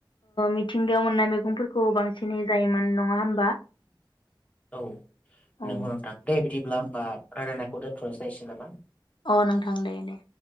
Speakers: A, on the left (about 70°); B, on the left (about 15°).
A: मिथिंगायाव मोननाय मैगंफोरखौ बांसिनै जायोमोन नङा ह
B: औ
A: औ
B: नंगौ नोंथां दे बिदिब्ला। बा रायनायखौ दोन्थ'नोस जायसै नामा।
A: अ नोंथां दे दे।